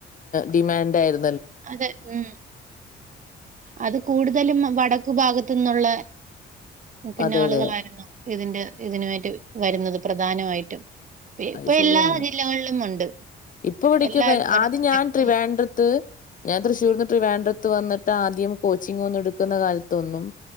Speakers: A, on the left; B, on the right.
A: ഡിമാൻഡ് ആയിരുന്ന്
B: അതെ ഉം അത് കൂടുതലും മ് വടക് ക്ക് ഭാഗത്തു നിന്നുള്ള പിന്നാ
A: അതെ
B: ആളുകളായിരുന്നു
A: അതെ.
B: ഇതിന്റെ ഇതിനു വേണ്ടി വരുന്നത് പ്രധാനമായിട്ടും
A: അത്
B: ഇപ്പൊ
A: ശരിയാണ്.
B: എല്ലാ ജില്ലകളിലും ഉണ്ട്
A: ഇപ്പൊ ഇവിടക്കൊക്കെ
B: എല്ലാരും വടക്കും
A: ആദ്യം ഞാൻ
B: തെക്കും
A: ട്രിവാൻഡ്രത് ഞാൻ തൃശ്ശൂർന്ന് ത്രിവാഡ്രത്ത് വന്നിട്ട് ആദ്യം കോച്ചിങ് ഒന്ന് എടുക്കുന്ന കാലത്തൊന്നും